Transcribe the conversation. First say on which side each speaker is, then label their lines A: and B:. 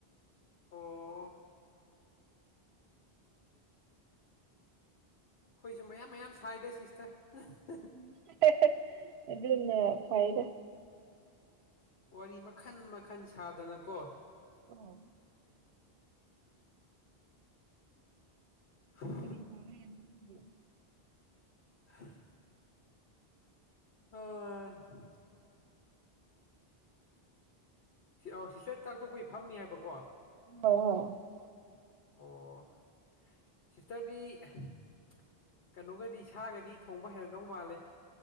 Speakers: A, on the left; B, on the right.
A: <unintelligible> ꯈꯣꯏꯖꯨ ꯃꯌꯥꯝ ꯃꯌꯥꯝ ꯁꯥꯏꯗ ꯁꯤꯁꯇꯔ꯫ <unintelligible>
B: <unintelligible> ꯑꯗꯨꯅ ꯐꯩꯗ꯫
A: ꯋꯥꯔꯤ ꯃꯈꯟ ꯃꯈꯟ ꯁꯥꯗꯅꯀꯣ꯫
B: <inaudible>
A: <inaudible>
B: ꯀꯔꯤ <unintelligible>
A: <inaudible> <inaudible> ꯁꯤ ꯑꯥꯎ ꯁꯤꯁꯇꯔ ꯆꯥꯛ ꯇꯣꯛꯄꯩ ꯐꯝꯃꯤ ꯍꯥꯏꯕꯀꯣ꯫
B: <inaudible>
A: ꯑꯣ ꯁꯤꯇꯔꯗꯤ_ _ ꯀꯩꯅꯣꯒꯗꯤ ꯁꯥꯒꯗꯤ ꯊꯣꯡꯕ ꯍꯩꯔꯝꯗꯧ ꯃꯥꯜꯂꯦ꯫